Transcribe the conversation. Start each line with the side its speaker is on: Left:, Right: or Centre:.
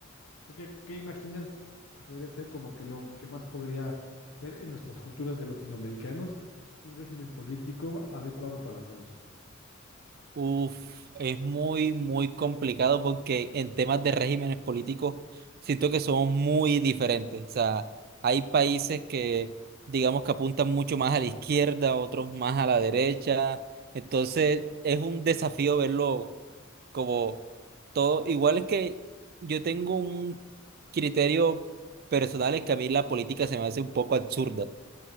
Left: ¿Tú qué, qué imaginas que podría ser como que lo que más podría ser en nuestras culturas de latinoamericanos un régimen político adecuado para todos?
Right: uff, es muy, muy complicado porque en temas de regímenes políticos siento que somos muy diferentes. O sea, hay países que digamos que apuntan mucho más a la izquierda, otros más a la derecha. Entonces es un desafío verlo como todo, igual es que yo tengo un criterio personal es que a mí la política se me hace un poco absurda.